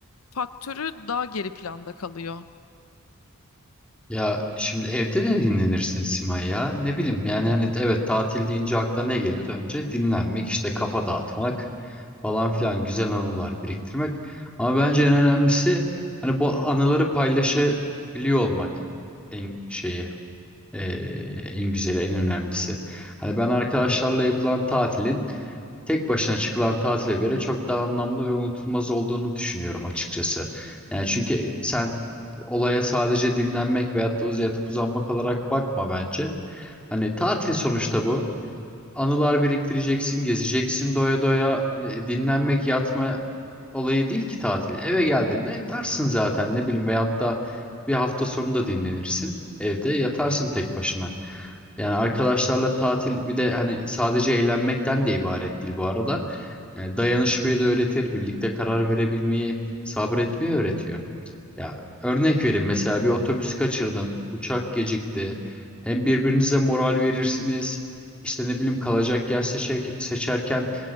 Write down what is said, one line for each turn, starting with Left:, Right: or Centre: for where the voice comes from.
Left: faktörü daha geri planda kalıyor.
Centre: Ya şimdi evde de dinlenirsin Simay ya. Ne bileyim yani hani evet tatil deyince akla ne gelir? Önce dinlenmek işte kafa dağıtmak falan filan güzel anılar biriktirmek. Ama bence en önemlisi hani bu anıları paylaşabiliyor olmak en şeyi eee, en güzeli en önemlisi. Hani ben arkadaşlarla yapılan tatilin tek başına çıkılan tatile göre çok daha anlamlı ve unutulmaz olduğunu düşünüyorum açıkçası. Yani çünkü sen olaya sadece dinlenmek veyahut da uz- yatıp uzanmak olarak bakma bence. Hani tatil sonuçta bu. Anılar biriktireceksin, gezeceksin doya doya. E, Dinlenmek, yatma olayı değil ki tatil. Eve geldiğinde yatarsın zaten ne bileyim veyahut da bir hafta sonu da dinlenirsin. Evde yatarsın tek başına. Yani arkadaşlarla tatil bir de hani sadece eğlenmekten de ibaret değil bu arada. Yani dayanışmayı da öğretir, birlikte karar verebilmeyi, sabretmeyi öğretiyor. Ya örnek vereyim mesela bir otobüs kaçırdın, uçak gecikti. Hem birbirinize moral verirsiniz. İşte ne bileyim kalacak yer seçek, seçerken